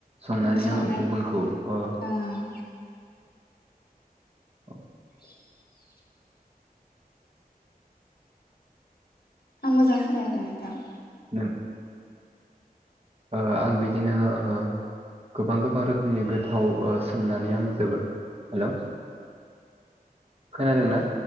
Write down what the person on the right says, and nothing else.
संनानै
आङो गुबुनखौ अ
<inaudible>
दों ओ आं बिदिनो ओ गोबां गोबां रोखोमनि गोथाव ओ संनानै आं जोबो हेलौ। खोनादों ना?